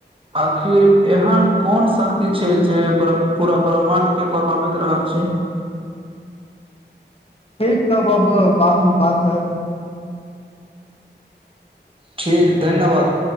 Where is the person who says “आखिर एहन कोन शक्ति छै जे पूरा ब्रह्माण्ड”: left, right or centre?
Right